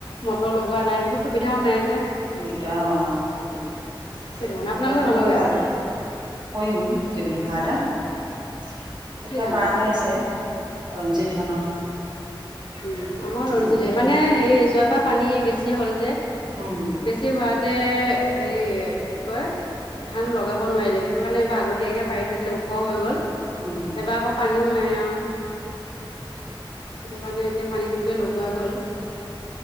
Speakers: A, on the left; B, on the right.
A: মটৰ লগোৱা নাই সেইটো সুবিধাও নাই যে
B: দিগদাৰ অ
A: সেইটো কাৰণে
B: মটৰটো
A: আপোনালোকৰ নলগাই
B: হ'লে ভাল কৰিম দুবিঘা এটা কঠীয়া
A: কি ধানৰ
B: পাৰা হৈ আছে ৰঞ্জিত ধানৰ
A: উম আমাৰ ৰঞ্জিতে
B: ৰঞ্জিত ধানৰ
A: মানে হে যোৱাবাৰ পানী বেছি হ'ল যে
B: উম
A: বেছি হোৱাতে হেৰি কি কয় ধান লগাব নোৱাৰিলে সেইটো কাৰণে এবাৰ আগতীয়াকে পাৰি থৈ দিলে ওখ হৈ গল
B: উম
A: এইবাৰ আকৌ পানীও <unintelligible> নাই আৰু সেইটো কাৰণে এতিয়া পানী দি পেলাই লগোৱা গ'ল